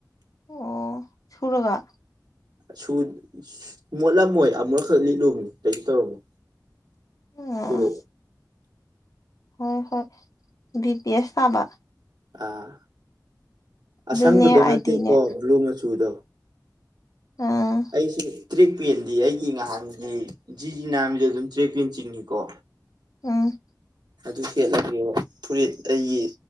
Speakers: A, on the left; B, on the right.
A: ꯑꯣ ꯁꯨꯨꯔꯒ
B: ꯁꯨ ꯃꯣꯠꯂꯝꯃꯣꯏ ꯑꯃꯨꯔꯛ ꯈꯛ ꯂꯤꯠꯂꯨꯕꯅꯤ ꯀꯩꯁꯨ ꯇꯧꯔꯝꯃꯣ
A: ꯎꯝ
B: ꯄꯨꯔꯣ
A: ꯍꯣꯏ ꯍꯣꯏ ꯕꯤ ꯄꯤ ꯑꯦꯁ ꯊꯥꯕ
B: ꯑꯥ ꯑꯁꯪꯕꯗꯣ
A: ꯑꯗꯨꯅꯦ ꯑꯥꯏꯗꯤꯅꯦ
B: ꯅꯠꯇꯦꯀꯣ ꯕ꯭ꯂꯨ ꯃꯆꯨꯗꯣ
A: ꯎꯝ
B: ꯑꯩꯁꯤ ꯇ꯭ꯔꯤꯛ ꯄꯦꯟꯗꯤ ꯑꯩꯒꯤ ꯉꯍꯥꯟꯒꯤ ꯖꯤꯖꯤꯅꯥꯟꯕꯤꯗꯣ ꯑꯗꯨꯝ ꯇ꯭ꯔꯦꯛ ꯄꯦꯟ ꯆꯤꯡꯉꯤꯀꯣ
A: ꯎꯝ
B: ꯑꯗꯨ ꯁꯦꯠꯂꯒꯦ ꯐꯨꯔꯤꯠ ꯑꯩ